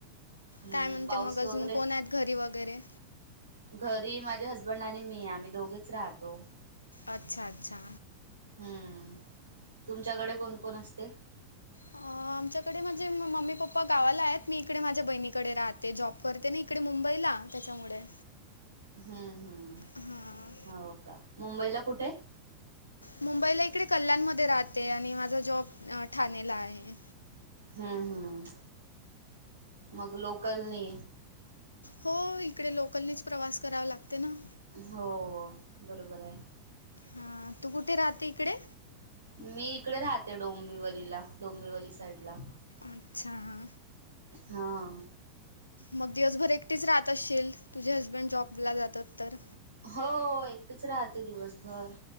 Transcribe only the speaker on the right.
हम्म
पाऊस
वगैरे
घरी माझे हजबंड आणि मी. आम्ही दोघेच राहतो.
हम्म.. तुमच्याकडे कोण कोण असते?
ह्म्म ह्म्म
हो का? मुबंईला कुठे?
हम्म हम्म. मग लोकलनी.
हो बरोबर आहे
मी इकडे राहते. डोंबिवलीला. डोंबिवली साईडला.
हाऽ
हो एकटीच राहते दिवसभर,